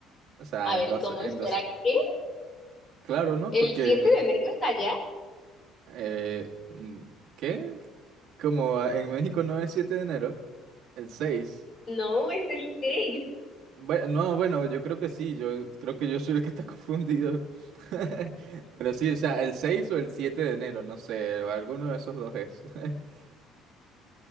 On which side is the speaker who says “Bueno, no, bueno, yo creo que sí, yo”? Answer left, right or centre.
Right